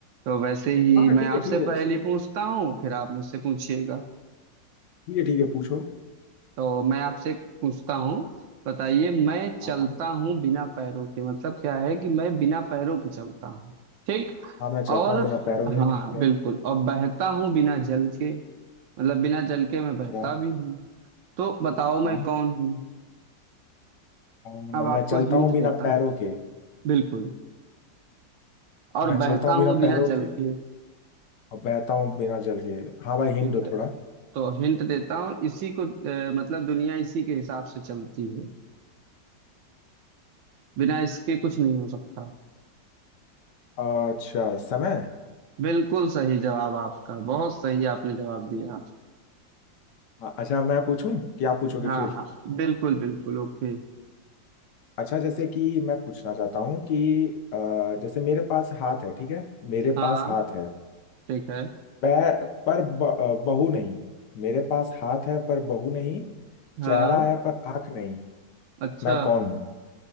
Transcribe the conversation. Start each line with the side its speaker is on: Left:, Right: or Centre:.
Right: तो वैसे ही
Left: हाँ
Right: मैं
Left: ठीक
Right: आपसे
Left: है ठीक है
Right: पहेली
Left: शुरू कर
Right: पूछता हूँ फिर आप मुझसे पूछिएगा
Left: ठीक है ठीक है पूछो
Right: तो मैं आपसे एक पूछता हूँ बताइए मैं चलता
Left: हाँ हाँ
Right: हूँ बिना पैरों के मतलब क्या है कि मैं बिना पैरों के चलता हूँ ठीक
Left: हाँ मैं चलता
Right: और
Left: हूँ बिना पैरों के
Right: हाँ
Left: ठीक
Right: हाँ,
Left: है
Right: बिल्कुल और बहता हूँ बिना जल के मतलब बिना जल के मैं
Left: अच्छा
Right: बहता भी हूँ तो बताओ मैं
Left: हाँ
Right: कौन हूँ
Left: हाँ,
Right: अब
Left: मैं
Right: आपको
Left: चलता
Right: हिंट
Left: हूँ बिना
Right: देता
Left: पैरों
Right: हूँ
Left: के
Right: बिल्कुल और
Left: मैं चलता
Right: बहता
Left: हूँ बिना
Right: हूँ बिना
Left: पैरों
Right: जल
Left: के
Right: के
Left: और बहता हूँ बिना जल के हाँ भाई हिंट
Right: ठीक
Left: दो
Right: है
Left: थोड़ा
Right: तो हिंट देता हूँ इसी को अ, मतलब दुनिया इसी के हिसाब से चलती है बिना इसके कुछ नहीं हो सकता
Left: अच्छा समय
Right: बिल्कुल सही जवाब आपका बहुत सही आपने जवाब दिया
Left: हाँ, अच्छा मैं पूछूं कि आप पूछोगे
Right: हाँ
Left: फिर
Right: हाँ बिल्कुल बिल्कुल ओके
Left: अच्छा जैसे कि मैं पूछना चाहता हूँ कि अ, जैसे मेरे पास हाथ है ठीक है मेरे
Right: हाँ
Left: पास हाथ है
Right: ठीक है
Left: पैर पर ब, अ, बहू नहीं मेरे पास हाथ है पर बहू नहीं
Right: हाँ
Left: चेहरा है पर आंख नहीं
Right: अच्छा
Left: मैं कौन हूँ